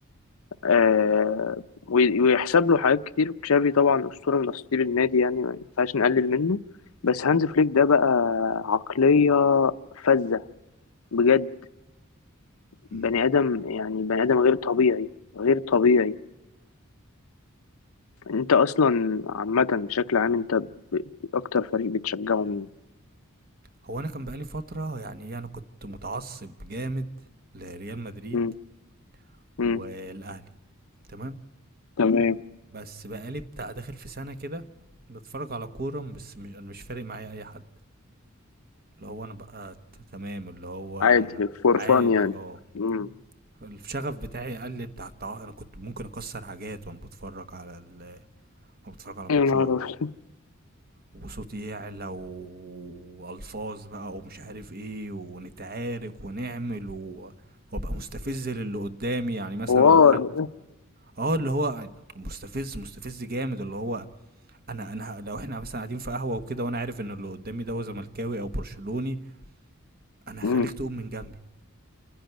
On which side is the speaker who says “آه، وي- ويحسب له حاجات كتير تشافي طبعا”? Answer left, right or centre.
Left